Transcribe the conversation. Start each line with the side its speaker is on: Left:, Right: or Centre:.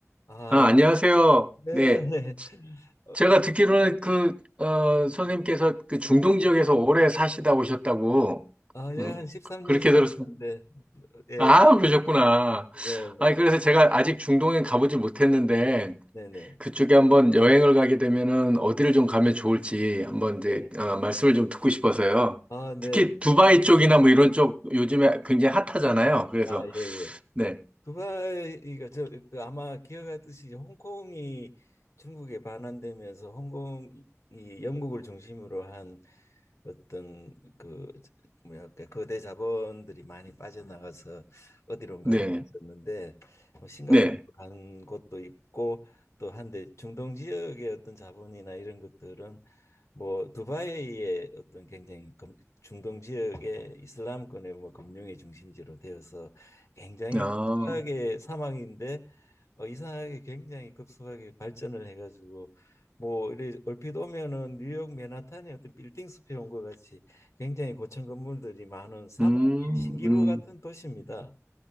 Left: 아,
Right: 아, 안녕하세요.
Left: 네.
Right: 네.
Left: <laughs> 어,
Right: 제가 듣기로는 그, 어, 선생님께서 그 중동 지역에서 오래 사시다 오셨다고,
Left: 아, 예,
Right: 어,
Left: 한 13년
Right: 그렇게
Left: 살았는데,
Right: 들었습니다.
Left: 예,
Right: 아, 그러셨구나.
Left: 네,
Right: 아, 그래서 제가 아직 중동에 가보지 못했는데,
Left: 네, 네,
Right: 그쪽에 한번 여행을 가게 되면은 어디를 좀 가면 좋을지 한번 이제,
Left: 네.
Right: 어, 말씀을 좀 듣고 싶어서요.
Left: 아, 네.
Right: 특히 두바이 쪽이나 뭐 이런 쪽 요즘에 굉장히 핫하잖아요. 그래서,
Left: 아, 예, 예.
Right: 네,
Left: 두바이가 저, 그 아마 기억하듯이 홍콩이 중국에 반환되면서 홍콩이 영국을 중심으로 한 어떤 그 뭐랄까 거대 자본들이 많이 빠져나가서 어디론가
Right: 네,
Left: 흩어졌는데 뭐 싱가포르
Right: 네.
Left: 간 곳도 있고 또 한데 중동 지역의 어떤 자본이나 이런 것들은 뭐 두바이의 어떤 굉장히 금- 중동 지역의 이슬람권의 뭐 금융의 중심지로 되어서 굉장히
Right: 아,
Left: 급하게 사망인데 어, 이상하게 굉장히 급속하게 발전을 해가지고 뭐 이래 얼핏 오면은 뉴욕 맨하탄의 어떤 빌딩 숲에 온 것 같이 굉장히 고층 건물들이 많은 사막의
Right: 음,
Left: 신기루
Right: 음.
Left: 같은 도시입니다.